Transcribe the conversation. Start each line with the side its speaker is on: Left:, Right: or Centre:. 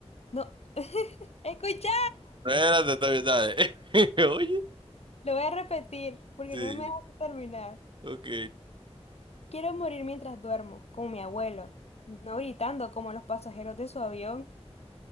Left: No, escucha,
Right: espérate, está bien, dale. <laughs> Oye,
Left: lo voy a repetir porque
Right: sí,
Left: no me dejas terminar.
Right: ok.
Left: Quiero morir mientras duermo, como mi abuelo. No gritando como los pasajeros de su avión.